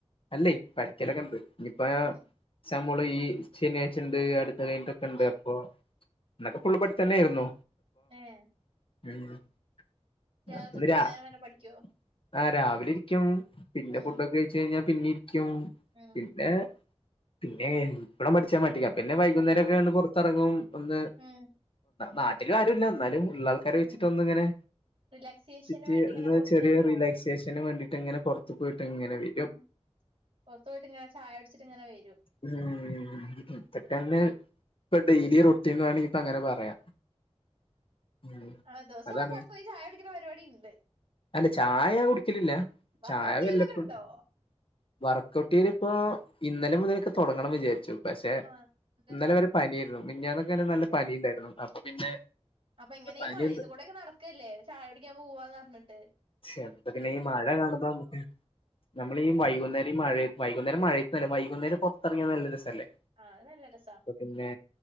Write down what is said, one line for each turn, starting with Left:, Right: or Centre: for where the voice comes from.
Left: അല്ലെയ്‌ പഠിക്കലൊക്കെണ്ട് ഇനിയിപ്പോ
Right: ഉം
Left: എക്സാമേള് ഈ ശെനിയാഴ്ചണ്ട്, അടുത്ത കഴിഞ്ഞട്ടൊക്കെണ്ട്,
Right: ഉം.
Left: അപ്പൊ. <unintelligible> അന്നൊക്കെ സ്കൂളിൽ പഠിച്ചന്നേയിരുന്നു
Right: ഏഹ്.
Left: ന്ന്
Right: രാവിലെ തൊട്ട്
Left: രാആ
Right: വൈകുന്നേരം വരെ പഠിക്കോ?
Left: രാവിലിരിക്കും പിന്നെ
Right: ഉം.
Left: ഫുഡൊക്കെയ് കഴിഞ്ഞാ പിന്നെരിക്കും
Right: ഉം.
Left: പിന്നെ പിന്നെ ഇപ്പളും മടിച്ചാ മതിയോ പിന്നെ വൈകുന്നേരെക്കെണ്ട്
Right: ആഹ്.
Left: പെർത്തെർങ്ങും ഒന്ന്
Right: ഉം.
Left: നാട്ടിലാരുല്ല ന്നാലും ഉള്ളാൾ ഹലോയ്ച്ച്ട്ട്
Right: ഉം.
Left: ഒന്നു അങ്ങനെ
Right: റിലാക്സേഷന്
Left: ചി ചെർ
Right: വേണ്ടി ഇങ്ങനെ
Left: റ്
Right: പൊറത്ത്ങ്ങനെ
Left: ചെറിയ
Right: പോവോ?
Left: റിലാക്സേഷന് വേണ്ടിട്ട്ങ്ങനെ പോവു പോയിട്ട്ങ്ങനെ വി
Right: അദ് പോർത്ത്പോയിട്ട് ങ്ങ്ങനെ ചായെട്ച്ചിട്ട് ങ്ങനെവരും
Left: ഉം ഇതക്കന്നെ പ്പൊ ഡെയ്ലി റൊട്ടീനാ ണെങ്കിൽ പ്പ അങ്ങനെ പറയാം. ഉം
Right: ആഹ് ദിവസൊക്കെ
Left: അതാണ്
Right: പൊർത്തോയി ചായ കുടിക്ക്ണ പരിപാടിണ്ട്.
Left: അല്ല ചായ ഞാൻ കുടിക്കലില്ല
Right: വർക്കൗട്ട്
Left: ചായ
Right: ചെയ്യലൊക്കെ
Left: വല്ലപ്പോഴും
Right: ഇണ്ടോ?
Left: വർകെക്കേരി പ്പൊ ഇന്നലെ മുതൽക്ക് തൊടങ്ങണം വിചാരിച്ചു. പഷെ..
Right: ആഹ്. എന്നിട്ടെന്തേ?
Left: ഇന്നെലെവരെ പനിയെര്ന്നു. മിഞ്ഞാന്നെക്കെ, നല്ല പനിണ്ടായിരുന്നു അപ്പൊ പിന്നെ.
Right: അപ്പൊങ്ങനെ
Left: പനി
Right: യും മഴയത്ത്
Left: ഉണ്ട്
Right: കൂടെക്കെ നടക്കെല്ലെ, ചായ കുടിക്കാൻ പോവാന്നർഞ്ഞിട്ട്.
Left: ഷെപ്പ പിന്നെ ഈ മഴ കാണുബഠനമുക്ക് നമ്മളീ, വൈുന്നേരം മഴയ്. വൈകുന്നേരം മഴയ്തെല്ല വൈകുന്നേരം പെർത്തെറങ്ങിയാ നല്ലരെസല്ലെ.
Right: ആഹ് അത് നല്ല രസാ
Left: പിന്നെ